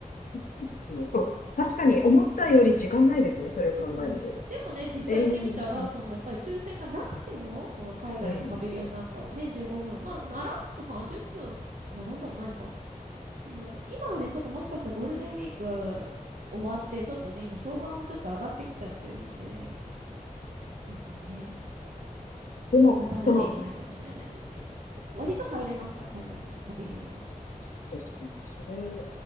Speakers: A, on the left; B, on the right.
A: そうですよ。確かに思ったより時間ないですね、
B: そう、
A: それを考えると。
B: そうなんです。でもね、実際行ってみたら、
A: ええうん
B: そのやっぱり抽選がなくても、その海外のパビリオンなんかはね、
A: ええ
B: 15分、まあ、並んでも30分、並んでもないか。もう、今はね、ちょっともしかしたらゴールデンウィーク終わって、ちょっとね、今評判もちょっと上がってきちゃってるんで、ちょっとね、
A: でも、
B: 並ばなきゃいけないかもしれないんですけど、
A: その、確
B: ふ割と入れました、海外のパビリオンは。
A: かに、それ、
B: うん